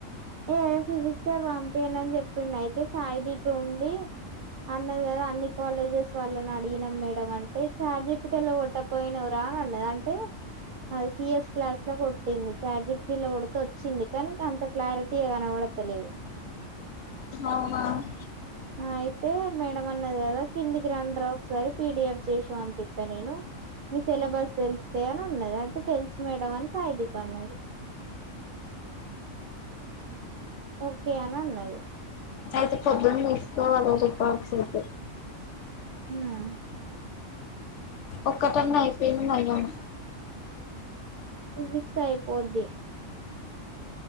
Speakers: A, on the right (about 85°); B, on the left (about 65°).
A: ఏ ఫిజిక్స్ పంపిన అని చెప్పిండు అయితే సాయి దీపి ఉండి అన్నది కదా అన్ని కాలేజెస్ వాళ్లని అడిగినాం మేడమ్ అంటే చార్జిపిటీలో కొట్టపోయినవ రా అని అన్నది అంటే సిఎస్ క్లాస్ లో కొట్టింది చార్జిపిటీలో కొడితే వచ్చింది కానీ అంత క్లారిటీ. ఇక కనవడతలేదు
B: అహ
A: అయితే మేడమ్ అన్నది కదా కిందికి రండ్రా ఒకసారి పిడిఎఫ్ చేసి పంపిస్తా నేను మీ సిలబస్ తెలుస్తే అని ఉన్నది అంటే తెలుసు మేడమ్ అని సాయిదీప్ అన్నది ఓకే అని అన్నది
B: అయితే పొద్దున్న తీసుకోవాలా రికార్డ్స్ అయితే
A: <inaudible>
B: ఒక్కటన్నా అయిపోయిన అయ్యాను
A: ఫిజిక్స్ అయిపోద్ది